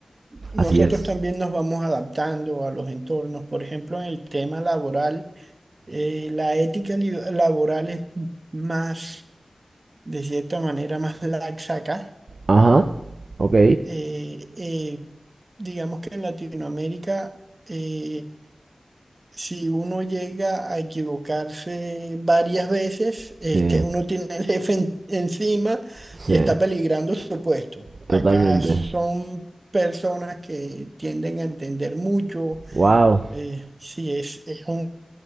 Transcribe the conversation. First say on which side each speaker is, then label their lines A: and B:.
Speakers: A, on the right; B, on the right.
A: Nosotros
B: así es.
A: también nos vamos adaptando a los entornos. Por ejemplo, en el tema laboral, eh, la ética li- laboral es más, de cierta manera, más laxa acá.
B: Ajá, ok.
A: Eh, eh, digamos que en Latinoamérica eh, si uno llega a equivocarse varias veces,
B: Sí,
A: este, uno tiene el jefe en- encima
B: sí,
A: y está peligrando su puesto.
B: totalmente.
A: Acá son personas que tienden a entender mucho.
B: Wow.
A: eh, sí, es, es una